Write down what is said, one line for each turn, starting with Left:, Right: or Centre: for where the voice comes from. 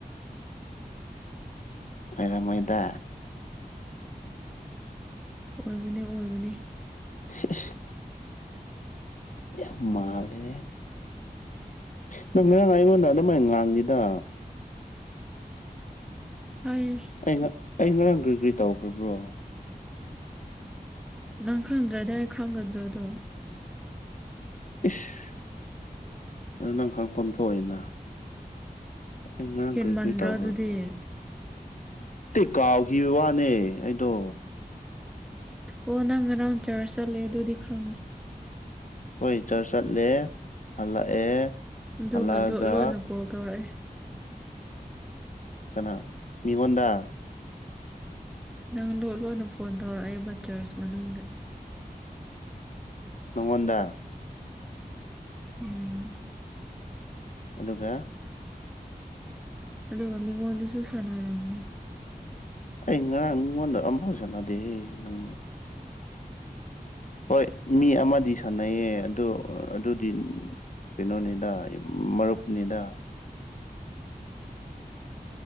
Left: ꯑꯩꯔꯝꯃꯣꯢꯗ
Centre: ꯑꯣꯢꯕꯅꯦ ꯑꯣꯢꯕꯅꯦ
Left: ꯁꯤ ꯏꯁ ꯌꯥꯝ ꯃꯥꯜꯂꯦꯍꯦ ꯅꯪ ꯉꯔꯥꯡ ꯑꯩꯉꯣꯟꯗ ꯑꯗꯨꯃꯥꯢꯅ ꯉꯥꯡꯗꯦꯗ
Centre: ꯑꯩ
Left: ꯑꯩ ꯉ ꯑꯩ ꯉꯔꯥꯡ ꯀꯔꯤ ꯀꯔꯤ ꯇꯧꯈ꯭ꯔꯕ꯭ꯔꯣ
Centre: ꯅꯪ ꯈꯪꯗ꯭ꯔꯗꯤ ꯑꯩ ꯈꯪꯒꯗ꯭ꯔꯣ ꯑꯗꯣ
Left: ꯏꯁ ꯑ ꯅꯪ ꯈꯪꯐꯝ ꯊꯣꯛꯏꯅ ꯑꯩ ꯉꯔꯥꯡ
Centre: ꯍꯦꯟꯃꯟꯗ꯭ꯔꯣ
Left: ꯀꯔꯤ ꯀꯔꯤ ꯇꯧꯈ꯭ꯔꯕ꯭ꯔꯣ
Centre: ꯑꯗꯨꯗꯤ
Left: ꯇꯦ ꯀꯥꯎꯈꯤꯕ ꯋꯥꯅꯦ ꯑꯩꯗꯣ
Centre: ꯑꯣ ꯅꯪ ꯉꯔꯥꯡ ꯆꯥꯔꯁ ꯆꯠꯂꯦ ꯑꯗꯨꯗꯤ ꯈꯪꯉꯦ
Left: ꯍꯣꯢ ꯆꯔꯁ ꯆꯠꯂꯦ ꯍꯜꯂꯛꯑꯦ
Centre: ꯑꯗꯨꯒ
Left: ꯍꯜꯂꯛꯑꯒ
Centre: ꯂꯣ ꯂꯣꯟꯅ ꯀꯣꯜ ꯇꯧꯔꯛꯑꯦ
Left: ꯀꯅꯥ ꯃꯤꯉꯣꯟꯗ
Centre: ꯅꯪ ꯂꯣꯠ ꯂꯣꯟꯅ ꯐꯣꯟ ꯇꯧꯔꯛꯑꯦꯕ ꯆ꯭ꯔꯁ ꯃꯅꯨꯡꯗ
Left: ꯅꯪꯉꯣꯟꯗ
Centre: ꯎꯝ
Left: ꯑꯗꯨꯒ
Centre: ꯑꯗꯨꯒ ꯃꯤꯉꯣꯟꯗꯁꯨ ꯁꯥꯟꯅꯔꯝꯅꯤ
Left: ꯑꯩ ꯉꯔꯥꯡ ꯃꯤꯉꯣꯟꯗ ꯑꯝꯐꯥꯎ ꯁꯥꯟꯅꯗꯦ ꯍꯦ ꯅꯪ ꯍꯣꯢ ꯃꯤ ꯑꯃꯗꯤ ꯁꯥꯟꯅꯩꯌꯦ ꯑꯗꯣ ꯑꯗꯨꯗꯤ ꯀꯩꯅꯣꯅꯤꯗ ꯃꯔꯨꯞꯅꯤꯗ